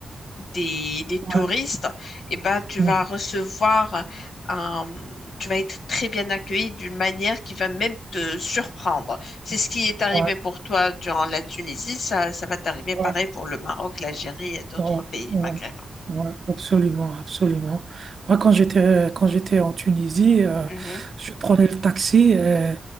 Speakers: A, on the left (about 75°); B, on the right (about 50°).
A: des, des touristes,
B: ouais,
A: eh ben, tu
B: ouais,
A: vas recevoir un, tu vas être très bien accueilli d'une manière qui va même te surprendre. C'est ce qui est arrivé
B: ouais,
A: pour toi durant la Tunisie, ça, ça va t'arriver
B: ouais,
A: pareil pour le Maroc, l'Algérie et d'autres
B: ouais,
A: pays
B: ouais,
A: maghrébins.
B: ouais, absolument, absolument. Moi, quand j'étais, quand j'étais en Tunisie, euh,
A: Mhm,
B: je prenais le taxi, euh,